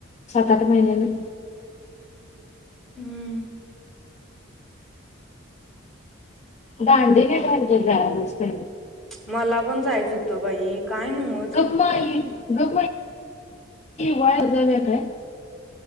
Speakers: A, on the left (about 35°); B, in the centre.
A: सात आठ महिन्यानी.
B: हम्म.
A: दांडी घ पाहिजे जा मत.
B: मला पण जायचं होतं बाई. काय नव्हच
A: गपमा गप वाळ बय.